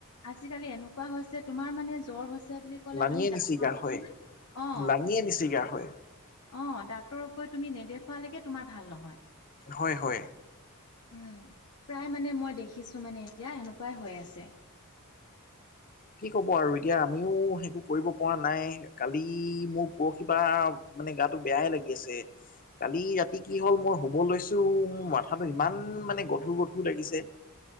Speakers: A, on the left (about 85°); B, on the left (about 40°).
A: আজিকালি এনেকুৱা হৈছে তোমাৰ মানে জ্বৰ হৈছে বুলি কলে
B: লানিয়ে
A: তুমি
B: নিচিগা
A: ডাক্টৰক
B: হয়
A: <unintelligible> অ',
B: লানিয়ে নিচিগা হয়
A: অ', ডাক্তৰক গৈ তুমি নেদেখুৱালৈকে তোমাৰ ভাল নহয়।
B: হয়, হয়,
A: উম, প্ৰায় মানে মই দেখিছোঁ মানে এতিয়া এনেকুৱাই হৈ আছে।
B: কি ক'ব আৰু এতিয়া আমিও সেইবোৰ কৰিব পৰা নাই কালি মোৰ পৰহি পা মানে গাটো বেয়াহে লাগি আছে। কালি ৰাতি কি হ'ল মই শুব লৈছোঁ মোৰ মাথাটো ইমান মানে গধুৰ গধুৰ লাগিছে